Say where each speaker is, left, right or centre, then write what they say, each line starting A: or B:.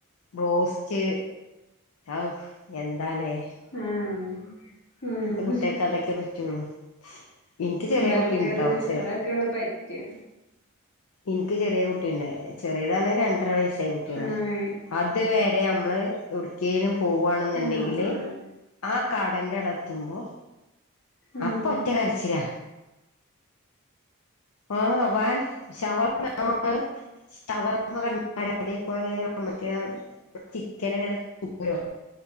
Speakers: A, on the left; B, on the left.
A: ബ്രോസ്റ്റ് അവു എന്താല്ലേ
B: ആഹ് ഉം
A: ഇപ്പത്തെ കുട്ടിയേക്ക് അതൊക്കെ പറ്റൊള്ളു ഇനിക്ക് ചെറിയേ
B: ബർഗർ
A: കുട്ടിണ്ട് ട്ടോ ചെ
B: അതൊക്കെയൊള്ളു പറ്റാ
A: ഇൻക്ക് ചെറിയ കുട്ടിയ്ണ്ട് ചെറിയത് പറഞ്ഞ രണ്ടര വയസ് സായ കുട്ടിയാണ്
B: ആഹ്
A: അത് വരെ അമ്മള് എവിട്ക്കേലും പോവാണെന്ന്ണ്ടെങ്കില്
B: ആഹ് ആഹ്
A: ആ കടെന്റെ അടെത്തുമ്പോ
B: ആഹ്
A: അപ്പോ ഒറ്റ കരച്ചിലാ ആഹ് വാങ്ങ് ശവർമ്മ <unintelligible> ശവർമ്മ കണ്ടാല അതേപോലെ മറ്റേ ചിക്കനങ്ങനെ തൂക്കൂലോ